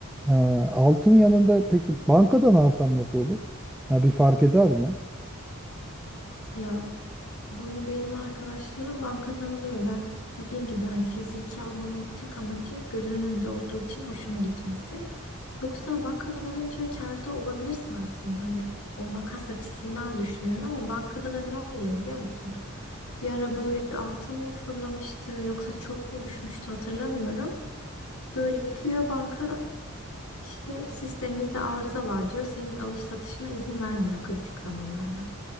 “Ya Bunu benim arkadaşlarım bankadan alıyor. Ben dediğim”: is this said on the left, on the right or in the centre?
Left